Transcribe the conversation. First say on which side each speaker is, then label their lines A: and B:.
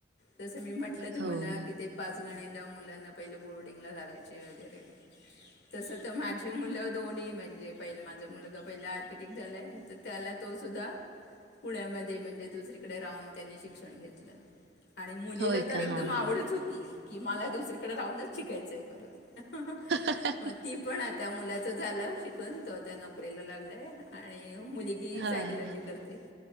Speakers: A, on the left; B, on the right.
A: जसं मी म्हटलं तुम्हाला
B: हो हो
A: कि ते पाचगणी णीला मुलांना पहिला बोर्डिंगला घालायचे वगैरे तसं तर माझी मुलं दोनीही म्हणजे पहिलं मा झा मुलगा पहिला आर्किटेक्ट झालाय तर त्याला तो सुद्धा पुण्यामध्ये म्हणजे दुसरीकडे राहून त्यांनी शिक्षण घेतलं आणि मुलीला
B: होय
A: तर
B: का
A: एकदम
B: हा
A: आवडचं
B: हा
A: होती की, मला दुसरीकडे राहूनचं शिकायचंय परत
B: हा
A: मग ती पण आता मुलाच झालं शिकून तो आता नो करीला लागलाय आणि णि मुलगी
B: हा
A: सायकॉलॉजी
B: हा
A: करते,